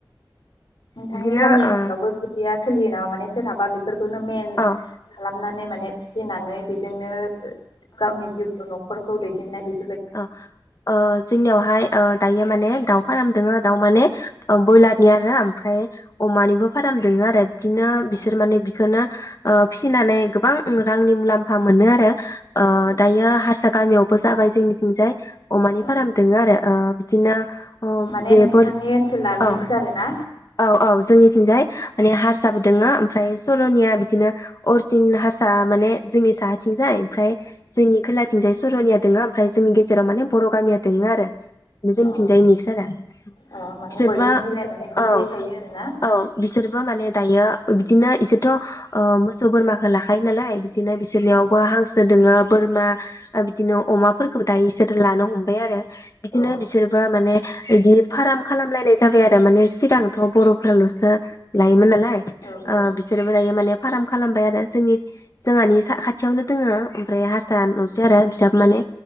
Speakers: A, on the left; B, on the left.
A: नोंथांनि
B: बिदिनो
A: गामि ओनसोलावबो
B: औ
A: बिदिया सो सोलियो नामा माने सोरहाबा बेखौनो मेन
B: औ
A: खालाम खालामनानै माने फिसिनानै बेजोंनो गावनि जिउखौ न'खर फोरखौ दैदेननाय बि
B: ओ ओ जोंनियावहाय ओ दायो माने दाउ फाराम दोङो दाउ माने बयलारनि आरो ओमफ्राय अमानिबो फारामदोङो आरो बिदिनो बिसोर
A: औ
B: माने बिखोनो ओ फिसिनानै गोबां ओं रांनि मुलाम्फा मोनो आरो। ओ
A: औ
B: दायो हारसा गामियावबो जाबाय जोंनि थिंजाय अमानि
A: औ
B: फाराम दङो आरो बिदिनो
A: माने
B: बे
A: नोंथांनि ओनसोला
B: औ
A: मिक्स आरोना?
B: औ औ जोंनिथिंजाय माने हारसाबो दोङो ओमफ्राय सर'निया बिदिनो अरसिन हारसा माने जोंनि साहाथिंजाय ओमफ्राय जोंनि खोलाथिंजाय सर'निया दोङो आर फ्राय जोंनि गेजेराव माने बर' गामिया दोङो आरो बे जोंनिथिंजाय
A: अ
B: मिक्स आरो
A: अ माने
B: बिसोरबो
A: बयबो मिलायनानै खौसेयै
B: औ
A: थायो आरोना?
B: औ बिसोरबो माने दायो बिदिनो इसोरथ' ओ मोसौ बोरमाखौ लाखायो नालाय बिदिनो बिसोरनियावबो
A: औ औ
B: हांसो दोङो बोरमा ओ बिदिनो अमा फोरखबो दा इसोरो लानो हमबाय आरो बिदिनो
A: औ
B: बिसोरबो माने इदिफ फार्म खालामलायनाय जाबाय आरो थारमाने सिगांथ' बर'फोराल'सो लायोमोन नालाय
A: औ औ
B: ओ बिसोरबो दायो माने फार्म खालामबाय आरो जोंनि जोंहानि साखाथियावनो दोङो ओमफ्राय हारसा न'सो आरो बिसाबो माने